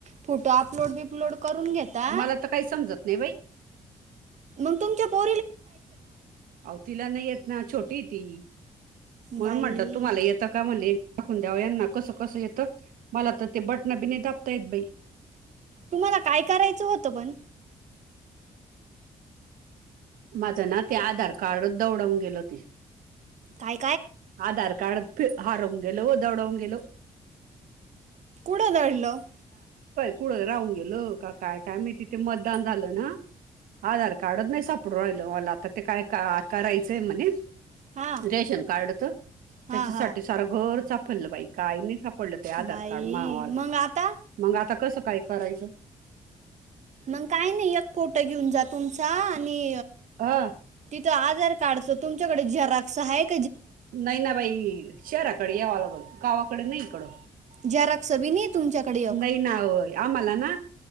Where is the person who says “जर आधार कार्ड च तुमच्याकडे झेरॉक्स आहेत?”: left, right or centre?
Right